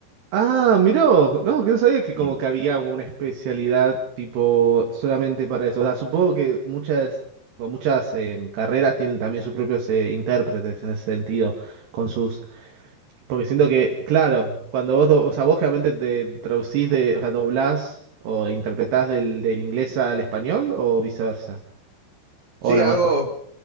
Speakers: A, on the right; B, on the right.
A: Ah, miró. No, que no sabía que como
B: Mm.
A: que había una especialidad tipo solamente para eso. O sea, supongo que muchas, con muchas eh, carreras tienen también sus propios eh, intérpretes en ese sentido, con sus Porque siento que, claro, cuando vos, do- o sea, vos realmente te traducís de, o sea, doblás o interpretás del, del inglés al español o viceversa. O
B: Sí,
A: las
B: hago,
A: dos cosas.